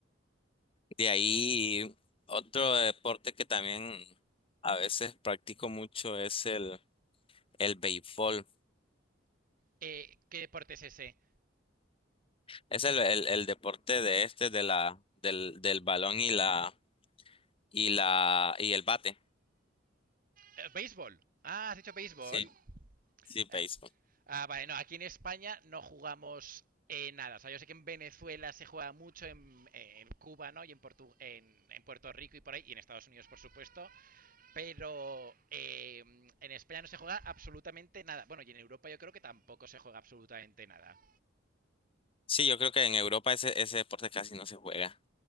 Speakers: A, on the left; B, on the right.
A: de ahí otro deporte que también a veces practico mucho es el, el béisbol.
B: Eh, ¿Qué deporte es ese?
A: Es el, el- el deporte de este, de la, del, del balón y la, y la, y el bate.
B: Eh, béisbol. Ah, has dicho béisbol.
A: Sí, sí,
B: Eh,
A: béisbol.
B: ah, vale, no, aquí en España no jugamos eh, nada. O sea, yo sé que en Venezuela se juega mucho, en, en Cuba, ¿no? Y en, Portu- en, en Puerto Rico y por ahí, y en Estados Unidos, por supuesto. Pero eh, en España no se juega absolutamente nada. Bueno, y en Europa yo creo que tampoco se juega absolutamente nada.
A: Sí, yo creo que en Europa ese, ese deporte casi no se juega.